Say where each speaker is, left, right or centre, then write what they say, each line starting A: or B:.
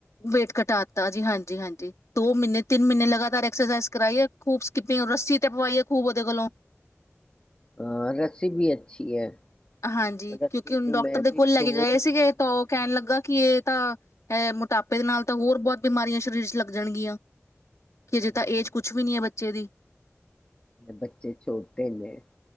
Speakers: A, on the left; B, on the left.
A: ਵੇਟ ਕਟਾ ਜੀ ਹਾਂਜੀ-ਹਾਂਜੀ ਦੋ ਮਹੀਨੇ ਤਿੰਨ ਮਹੀਨੇ ਲਗਾਤਾਰ ਐਕਸਰਸਾਈ ਕਰਾਈਏ ਖੂਬ ਸਕੀਪਿੰਗ ਰੱਸੀ ਤਪਵਾਈ ਏ ਖੂਬ ਉਹਦੇ ਕੋਲੋਂ।
B: ਹਾਂ ਰੱਸੀ ਵੀ ਅੱਛੀ ਹੈ।
A: ਹਾਂਜੀ
B: ਰੱਸੀ
A: ਕਿਉਂਕਿ ਹੁਣ
B: ਵੀ
A: ਡਾਕਟਰ
B: ਮੈਂ
A: ਦੇ
B: ਵੀ
A: ਕੋਲ ਲੈ
B: ਦੋ
A: ਕੇ ਗਏ
B: ਰੱਸੀਆਂ
A: ਸੀਗੇ
B: ਲਿਆਈ
A: ਤਾਂ ਉਹ ਕਹਿਣ
B: ਹਾਂਜੀ
A: ਲੱਗਾ ਕਿ ਇਹ ਤਾਂ ਇਹ ਮੋਟਾਪੇ ਦੇ ਨਾਲ ਤਾਂ ਹੋਰ ਬਹੁਤ ਬਿਮਾਰੀਆਂ ਸਰੀਰ ਚ ਲੱਗ ਜਾਣਗੀਆਂ। ਕਿ ਅਜੇ
B: ਹਾਂ
A: ਤਾਂ ਏਜ ਕੁਛ ਵੀ ਨਹੀਂ ਹੈ ਬੱਚ ਚੇ ਦੀ।
B: ਬੱਚੇ ਛੋਟ ਨੇ